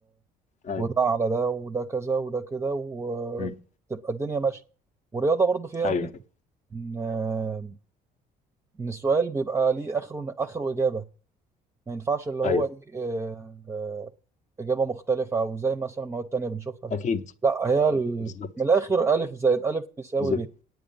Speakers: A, on the left (about 45°); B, on the right (about 15°).
A: ايوه
B: وده على ده وده كذا وده كده وتبقى
A: امم
B: الدنيا ماشيه والرياضه برضو فيها
A: ايوه
B: ميزه ان ان السؤال بيبقى ليه اخره اخره اجابه ما ينفعش اللي
A: ايوه
B: هو ايه آه، آه، اجابه مختلفه او زي مثلا مواد تانية بنشوفها
A: اكيد
B: لا هي ال-
A: بالظبط
B: من الاخر الف زائد الف بيساوي
A: بالظبط
B: ب